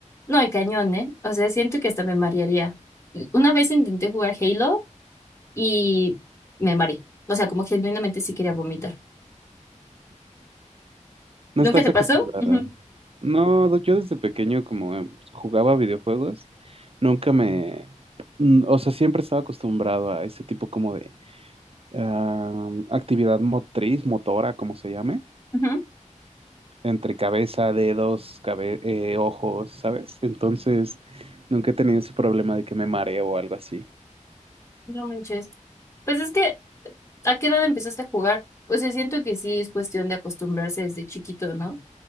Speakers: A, on the left (about 20°); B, on the right (about 45°).
A: no, y cañón, ¿eh? O sea, siento que hasta me marearía. Una vez intenté jugar Halo y me mareé. O sea, como genuinamente sí quería vomitar.
B: No
A: ¿Nunca
B: estás
A: te
B: acostumbrada.
A: pasó? Ujú.
B: No, do- yo desde pequeño como eh, jugaba videojuegos, nunca me, mm, o sea, siempre estaba acostumbrado a ese tipo como de am, actividad motriz, motora, como se llame,
A: Ujú.
B: entre cabeza, dedos, cabe- eh, ojos, ¿sabes? Entonces, nunca he tenido ese problema de que me mareo o algo así.
A: No manches. Pues es que ¿A qué edad empezaste a jugar? O sea, siento que sí es cuestión de acostumbrarse desde chiquito, ¿no?